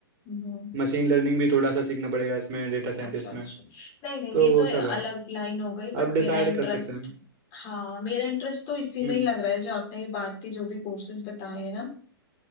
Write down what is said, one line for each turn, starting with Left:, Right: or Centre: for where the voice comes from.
Left: हम्म
Right: मशीन लर्निंग भी थोड़ा सा सीखना पड़ेगा इसमें डेटा साइंटिस्ट
Left: अच्छा अच्छा
Right: में
Left: नहीं नहीं
Right: तो
Left: ये
Right: वो
Left: तो
Right: सब है
Left: अलग लाइन हो गई बट
Right: आप
Left: मेरा
Right: डिसाइड
Left: इंटरेस्ट
Right: कर सकते हैं
Left: हाँ मेरा इंटरेस्ट तो इसी
Right: हम्म
Left: में ही लग रहा है जो आपने ये बात की जो भी कोर्सेज बताए हैं ना